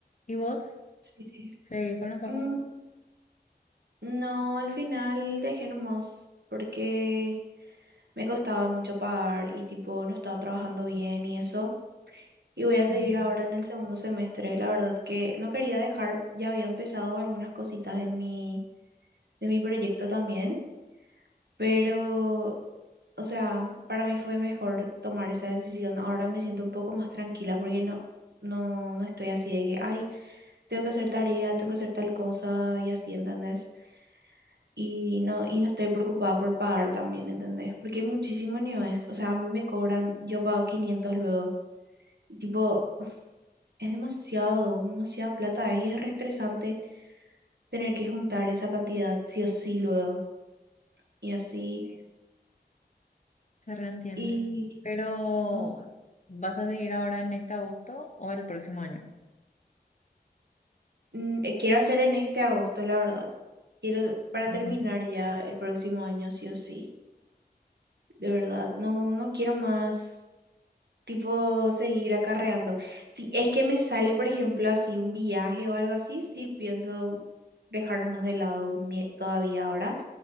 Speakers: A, on the left; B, on the right.
A: ¿Y vos?
B: Sí, sí.
A: ¿Seguís con la facu?
B: Mm, no, al final dejé nomás porque me costaba mucho pagar y tipo no estaba trabajando bien y eso. Y voy a seguir
A: Ujú,
B: ahora en el segundo semestre. La verdad que no quería dejar, ya había empezado algunas cositas en mi, de mi proyecto también, pero o sea, para mí fue mejor tomar esa decisión. Ahora me siento un poco más tranquila porque no, no, no estoy así de que, ay, tengo que hacer tarea, tengo que hacer tal cosa y así, ¿entendés? Y no, y no estoy preocupada por pagar también, ¿entendés? Porque muchísimo ni es. O sea, a mí me cobran, yo pago 500 luego. Y tipo, es demasiado, demasiada plata y es re estresante tener que juntar esa cantidad sí o sí luego. Y así.
A: sí. Se reentiende.
B: Y
A: Pero,
B: mm,
A: ¿vas a seguir ahora en este agosto o el próximo año?
B: mm, quiero hacer en este agosto, la verdad. Quiero, para terminar
A: Ujú.
B: ya el próximo año, sí o sí, de verdad, no, no quiero más, tipo, seguir acarreando. Si es que me sale, por ejemplo, así un viaje o algo así, sí pienso dejar nomás de lado mi- todavía ahora,